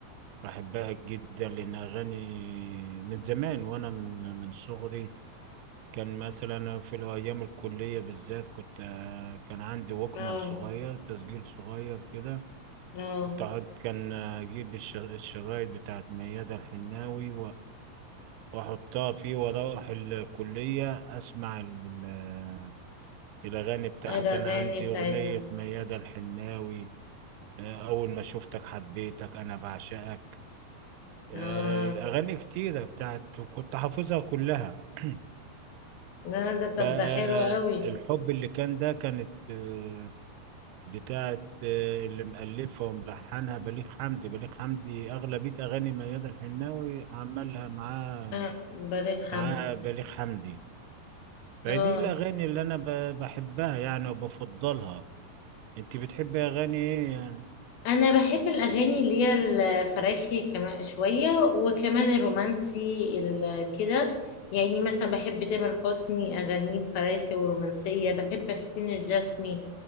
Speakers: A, on the right (about 85°); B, on the left (about 75°).
A: بحبها جدا لان اغاني من زمان وانا من من صغري كان مثلا في الايام الكليه بالذات كنت آه، كان عندي ووكمان
B: اه
A: صغير تسجيل صغير كده
B: اه
A: كنت أقعد- كان اجيب الش- الشرايط بتاعت ميادة الحناوي واحطها فيه واروح الكلية اسمع ال- ال- الاغاني بتاعها
B: ايه الأغاني
A: كان عندي
B: بتاعتها
A: اغنية ميادة الحناوي آه، اول ما شفتك حبيتك انا بعشقك آه،
B: اه
A: اغاني كتيرة بتاعت كنت حافظها كلها <clears throat>
B: لا ده طب
A: فالحب
B: ده حلو قوي
A: اللي كان ده كانت آه، بتاعت آه، اللي مألفها وملحنها بليغ حمدي بليغ حمدي أغلبية أغاني ميادة الحناوي عملها معاه
B: اه بليغ حمدي
A: معاها بليغ حمدي فدي
B: اه
A: الأغاني اللي أنا ب- بحبها يعني وبفضلها أنت بتحبي أغاني إيه يعني
B: انا بحب الاغاني اللي هي الفرايحي كمان شويه وكمان الرومانسي ال- كده يعني مثلا بحب تامر حسني اغانيه الفرايحي والرومانسيه بحب حسين الجسمي